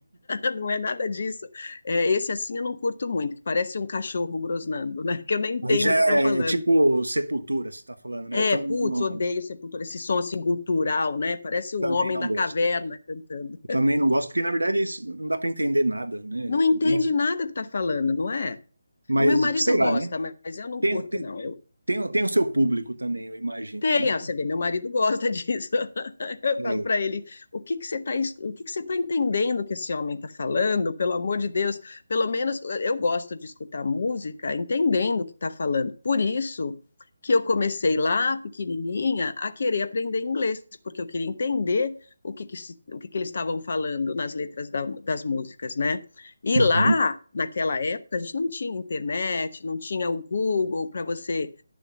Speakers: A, on the left; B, on the right.
A: <laughs> Não é nada disso. É, esse assim eu não curto muito, que parece um cachorro grosnando, né? Que eu nem entendo
B: Aí já
A: o que estão
B: é
A: falando.
B: é tipo Sepultura, você está falando, né?
A: É,
B: Eu também
A: putz,
B: não,
A: odeio Sepultura, esse som assim cultural, né? Parece um
B: também
A: homem
B: não
A: da
B: gosto.
A: caverna cantando.
B: Eu também não gosto porque na verdade isso não dá para entender nada, né?
A: Não entende
B: Mas,
A: nada que tá falando, não é?
B: mas
A: O meu marido
B: sei lá,
A: gosta,
B: né?
A: mas eu não
B: Tem,
A: curto,
B: tem,
A: não. Eu,
B: tem, tem o seu público também, eu imagino,
A: Tem,
B: né?
A: ah, você vê, meu marido gosta disso. <laughs> Eu
B: É.
A: falo para ele, o que que você está, o que que você tá entendendo que esse homem está falando? Pelo amor de Deus, pelo menos eu gosto de escutar música entendendo o que está falando. Por isso que eu comecei lá, pequenininha, a querer aprender inglês, porque eu queria entender o que que, se- o que que eles estavam falando nas letras da- das músicas, né? E
B: Uhum.
A: lá, naquela época, a gente não tinha internet, não tinha o Google para você